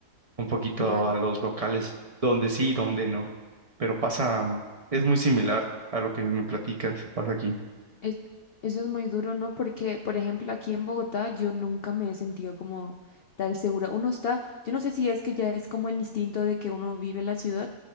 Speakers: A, on the right; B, on the left.
A: un poquito
B: Claro.
A: a los locales, donde sí y donde no. Pero pasa,
B: u-
A: es muy similar a lo que me platicas,
B: u-
A: pasa aquí.
B: Es, eso es muy duro, ¿no? Porque, por ejemplo, aquí en Bogotá yo nunca me he sentido como tal segura. Uno está, yo no sé si es que ya es como el instinto de que uno vive en la ciudad